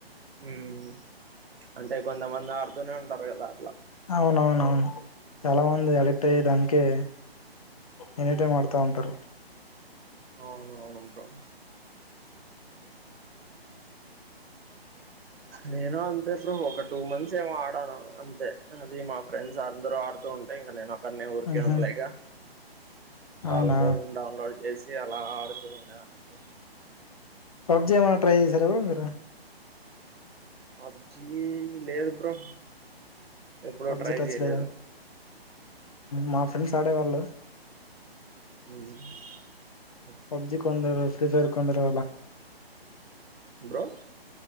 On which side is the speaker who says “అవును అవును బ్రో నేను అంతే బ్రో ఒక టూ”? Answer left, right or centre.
Right